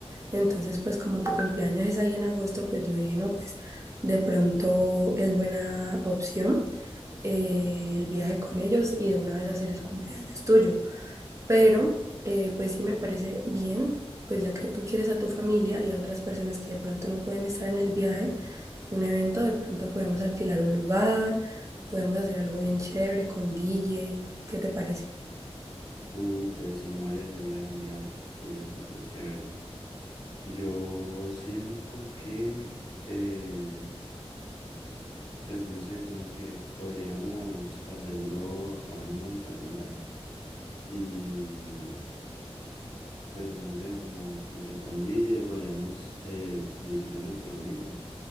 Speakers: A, on the right; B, on the left.
A: entonces pues como tu cumpleaños es ahí en agosto, pues yo dije, no, pues de pronto es buena opción eh, el viaje con ellos y de una vez hacer el cumpleaños tuyo, pero eh, pues sí me parece bien, pues ya que tú quieres a tu familia y a otras personas que de pronto no pueden estar en el viaje un evento, de pronto podemos alquilar un lugar, podemos hacer algo bien chévere con DJ. ¿Qué te parece?
B: Uh, pues sí, María, sería genial, sería súper chévere. Yo siento que, eh, pues no sé, como que podríamos hacerlo acá mismo en Palmira y pues no sé, como contratar un DJ o podríamos eh, decirle a nuestro amigo